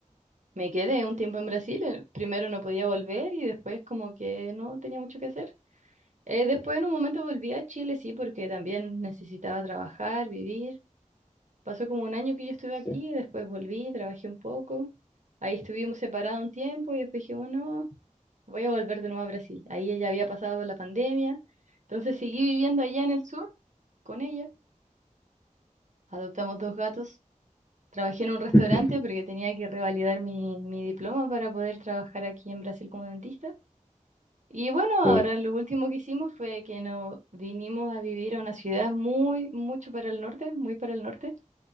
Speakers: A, on the right (about 65°); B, on the left (about 30°).
A: me quedé un tiempo en Brasil, eh, primero no podía volver y después como que no tenía mucho que hacer. Eh, después en un momento volví a Chile, sí, porque también necesitaba trabajar, vivir. Pasó como un año que yo estuve aquí,
B: sí.
A: después volví, trabajé un poco. Ahí estuvimos separados un tiempo y después dije bueno, voy a volver de nuevo a Brasil. Ahí ella había pasado la pandemia, entonces seguí viviendo allá en el sur con ella Adoptamos dos gatos. Trabajé en un restaurante
B: <laughs>
A: porque tenía que revalidar mi, mi diploma para poder trabajar aquí en Brasil como dentista. Y bueno,
B: Sí,
A: ahora lo último que hicimos fue que nos vinimos a vivir a una ciudad muy, mucho para el norte, muy para el norte,